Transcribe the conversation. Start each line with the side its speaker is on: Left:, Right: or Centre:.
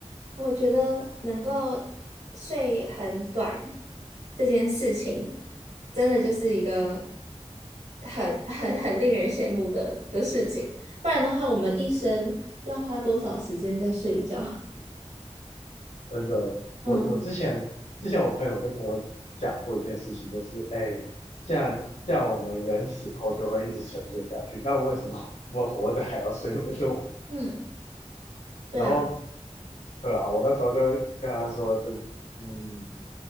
Right: 我觉得能够睡很短这件事情，真的就是一个很很很令人羡慕的的事情。不然的话，我们一生要花多少时间在睡觉？
Left: 真的，我我之前之前我朋友就跟我讲过一件事情，
Right: <laughs> 嗯
Left: 就是哎，既然既然我们人死后就会一直沉睡下去，那为什么 <laughs> 我们活着还要睡那么多？
Right: 嗯，
Left: <laughs>
Right: 对啊，
Left: 然后对啊，我那时候就跟他说，就是嗯，